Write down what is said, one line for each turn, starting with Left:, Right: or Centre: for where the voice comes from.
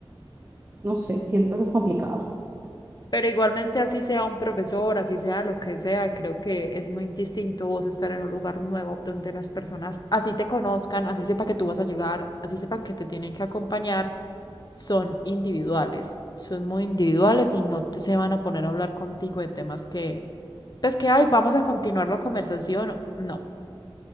Right: no sé, siento que es complicado.
Left: Pero igualmente, así sea un profesor, así sea lo que sea, creo que es muy distinto vos estar en un lugar nuevo donde las personas así te conozcan, así sepa que tú vas a llegar, así sepan que te tienen que acompañar, son individuales, son muy individuales y no te, se van a poner a hablar contigo de temas que, pues que, ay, vamos a continuar la conversación. No,